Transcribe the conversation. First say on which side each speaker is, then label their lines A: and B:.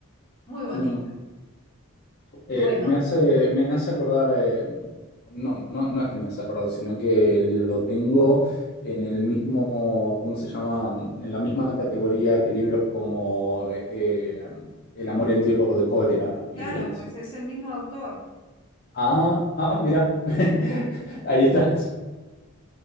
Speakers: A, on the left (about 25°); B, on the left (about 45°).
A: Muy bonita.
B: Mm.
A: Y
B: Eh,
A: bueno,
B: me hace, me hace acordar, eh, no, no, no es que me hace acordar, sino que lo tengo en el mismo, ¿cómo se llama? En la misma categoría que libros como eh, El amor en tiempos de cólera y
A: claro,
B: demás.
A: pues es el mismo autor.
B: Ah, ah, mira, <laughs> ahí está,